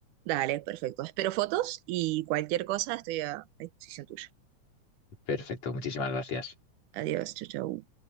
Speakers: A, on the right; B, on the left.
A: Dale, perfecto. Espero fotos y cualquier cosa estoy a a disposición tuya.
B: Perfecto, muchísimas gracias.
A: Adiós, chau, chau.